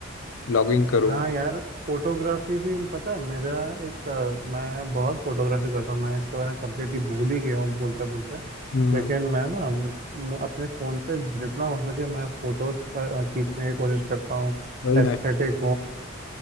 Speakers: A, on the left (about 80°); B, on the right (about 40°).
A: ब्लॉगिंग करूँ
B: हाँ यार फोटोग्राफी भी पता है मेरा एक अ, मैं बहुत फोटोग्राफी करता हूँ मैं इसके बारे में कम्प्लीटली भूल ही गया हूँ बोलते बोलते
A: हम्म
B: लेकिन मैं ना म- अपने फ़ोन से जितना हो सके मैं फ़ोटोज़ खींचने की कोशिश करता हूँ
A: वही ना
B: एस्थेटिक हो